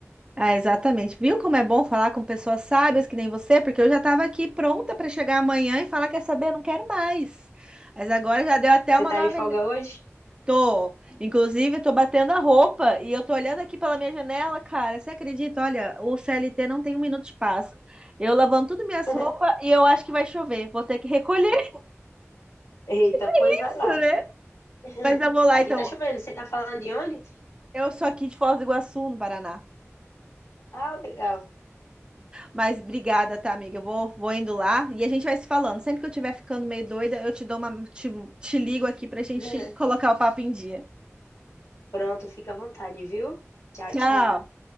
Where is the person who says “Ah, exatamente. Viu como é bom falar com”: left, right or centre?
Right